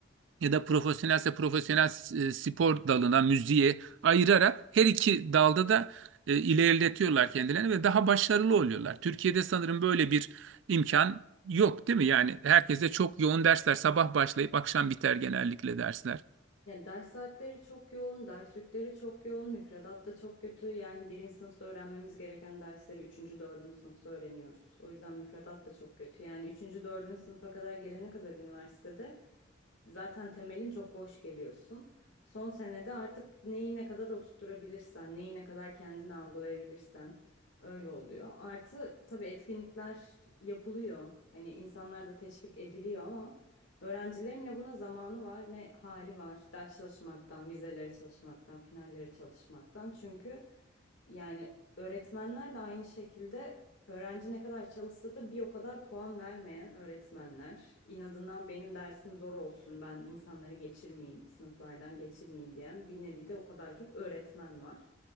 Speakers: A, on the right; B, on the left.
A: ya da profesyonelse profesyonel e, spor dalına, müziğe ayırarak her iki dalda da e, ilerletiyorlar kendilerini ve daha başarılı oluyorlar. Türkiye'de sanırım böyle bir imkan yok, değil mi? Yani herkese çok yoğun dersler, sabah başlayıp akşam biter genellikle dersler.
B: Yani ders saatleri çok yoğun, ders yükleri çok yoğun, müfredat da çok kötü. Yani birinci sınıfta öğrenmemiz gereken dersleri üçüncü, dördüncü sınıfta öğreniyoruz. O yüzden müfredat da çok kötü. Yani üçüncü, dördüncü sınıfa kadar gelene kadar üniversitede Zaten temelin çok boş geliyorsun. Son senede artık neyi ne kadar oturtturabilirsen, neyi ne kadar kendini algılayabilirsen öyle oluyor. Artı tabii etkinlikler yapılıyor. Hani insanlar da teşvik ediliyor ama öğrencilerin ne buna zamanı var ne hali var. Ders çalışmaktan, vizelere çalışmaktan, finallere çalışmaktan. Çünkü yani öğretmenler de aynı şekilde Öğrenci ne kadar çalışsa da bir o kadar puan vermeyen öğretmenler, inadına benim dersim zor olsun, ben insanları geçirmeyeyim, sınıflardan geçirmeyeyim diyen bir nevi de o kadar çok öğretmen var.